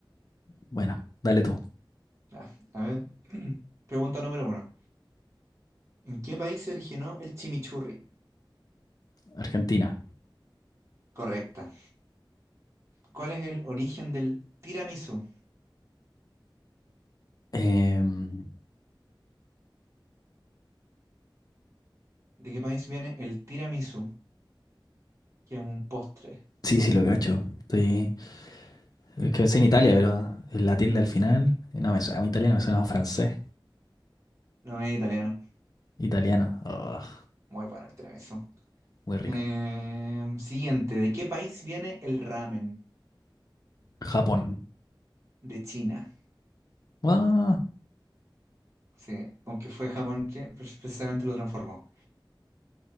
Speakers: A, on the left; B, on the right.
A: Bueno, dale tú,
B: Ya, a ver. <clears throat> Pregunta número uno. ¿En qué país se originó el chimichurri?
A: Argentina.
B: Correcta. ¿Cuál es el origen del tiramisú?
A: Em,
B: ¿De qué país viene el tiramisú? Que es un postre.
A: sí, sí, lo cacho. Estoy, es que pensé en Italia, pero la tilde al final eh, no me suena a italiano, me suena a francés.
B: No es italiano.
A: Italiano, Ugh,
B: Muy bueno el tiramisú.
A: muy rico.
B: Em, siguiente, ¿de qué país viene el ramen?
A: Japón.
B: De China.
A: Ah,
B: Sí, aunque fue Japón que pre- precisamente lo transformó.